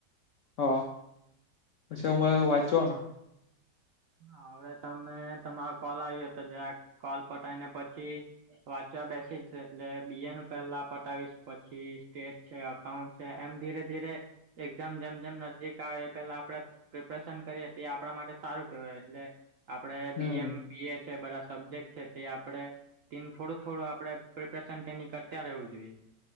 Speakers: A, on the left; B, on the right.
A: હ પછી હ વાંચોને
B: હવે તને તમારો કોલ આવ્યો હતો જ કોલ પટીને પછી. વાંચવા બેસી જ એટલે બી એ નું પેલા પતાવીશ પછી સ્ટેજ છે. અઉન્ટ છે એમ ધીરે ધીરે એક્ઝામ જેમ જેમ નજદિક આવે એ પેલા આપણે પ્રિપરેશન કરી હતી આપણા માટે સારું. એટલે આપડે
A: હમ
B: બીએમ બી એ છે બધા સબ્જેક્ટ છે તે આપડે તેનું થોડું થોડું આપડે પ્રિપરેશન તેની કરતા રહેવું જોઈએ.